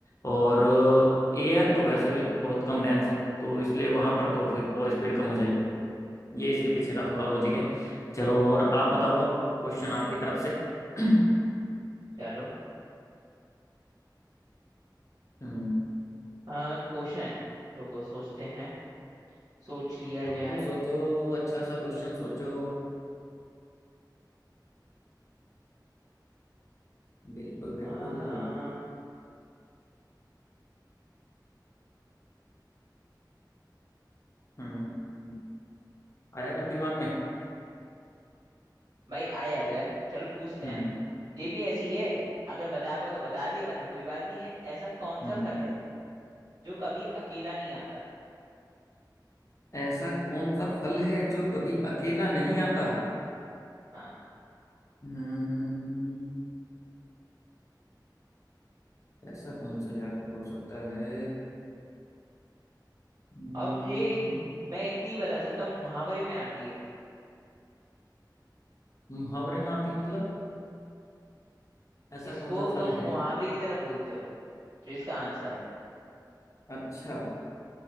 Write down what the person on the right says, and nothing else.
वो
तो बात
सही है
चलो
आ, क्वेश्चन रुको सोचते हैं सोच लिया
जाए
आ,
भाई आया तो है चलो पूछते
हैं ये भी ऐसी है अगर बता पाओ तो बता दिया वरना कोई बात नहीं है ऐसा कौन
सा फल है जो कभी अकेला नहीं आता
हाँ
और ये एक मैं इतनी बता सकता हूँ मुहावरे में आती है
इसको
तुम मुहावरे
की तरह बोलते हो जो इसका आंसर है